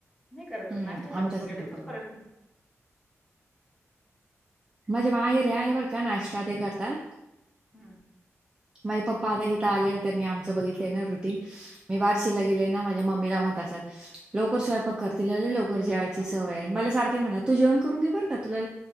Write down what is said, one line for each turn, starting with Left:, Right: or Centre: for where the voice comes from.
Centre: नाही करत
Right: हम्म.
Centre: नाश्त्याच्या
Right: आम्ही
Centre: बागाड्यातच
Right: तसंच करतो.
Centre: परत नाही
Right: जेहेरे आहे बर का नाश्र ते करताात
Centre: हम्म
Right: माझ पप्पा आता इिथ आलेल त्यांनी आमचं बघितलंय ना रुटी मी बार्शीला गेले ना माझ्या मम्मीला म्हणत असत लवकर सवय प कर तिला लवकर जेवायची सवय आणि मला सारखे म्हणा तू जेवण करून घे बर का तुला